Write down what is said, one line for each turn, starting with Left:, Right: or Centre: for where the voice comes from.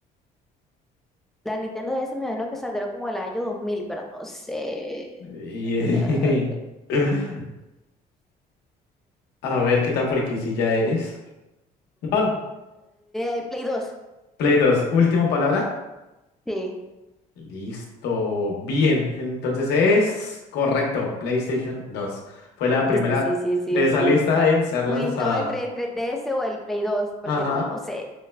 Centre: La Nintendo DS me imagino que saldrá como el año 2000 pero no sé.
Left: Y-
Centre: Ah,
Left: <laughs> A ver, ¿qué tan friquisilla eres? No,
Centre: el Play dos
Left: Play 2. última palabra.
Centre: Sí,
Left: Listo. Bien, entonces es correcto. PlayStation 2 fue la primera
Centre: viste, sí, sí, sí,
Left: de esa
Centre: sí.
Left: lista en ser lanzada.
Centre: Uy, estaba entre, entre el D S o el Play dos porque
Left: Ajá.
Centre: no, no sé.